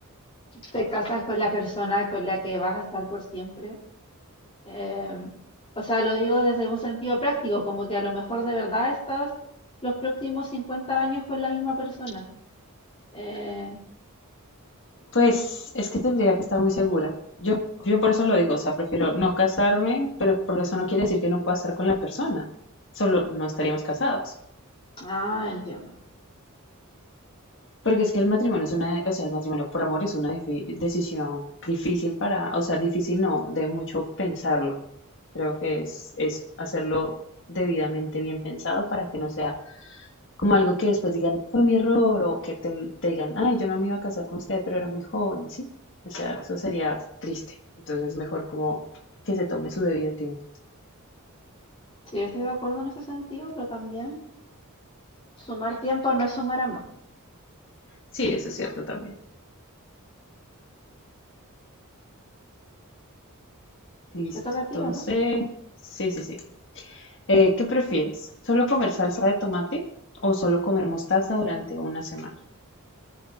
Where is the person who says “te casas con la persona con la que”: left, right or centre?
Left